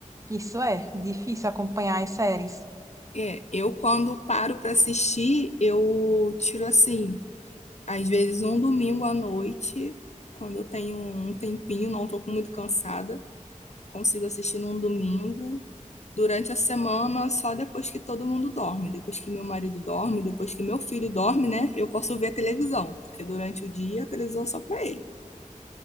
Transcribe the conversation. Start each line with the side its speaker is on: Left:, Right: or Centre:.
Right: Isso é difícil acompanhar as séries.
Left: É, eu quando paro para assistir, eu tiro assim, às vezes um domingo à noite, quando eu tenho um tempinho, não tô muito cansada. consigo assistir num domingo. Durante a semana, só depois que todo mundo dorme, depois que meu marido dorme, depois que meu filho dorme, né? Eu posso ver a televisão, porque durante o dia a televisão é só para ele.